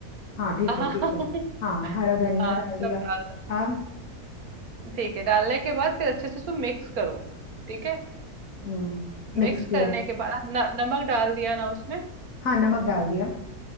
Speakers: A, on the left; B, on the right.
A: हाँ ठीक
B: हाँ
A: है ठीक
B: <laughs>
A: है हाँ हरा धनिया
B: हाँ
A: डाल दिया
B: सब डाल
A: अब
B: ठीक है डालने के बाद फिर अच्छे से उसको मिक्स करो ठीक है
A: हम्म मिक्स
B: मिक्स
A: किया
B: करने के बाद न, नमक डाल दिया ना उसमें
A: हाँ नमक डाल दिया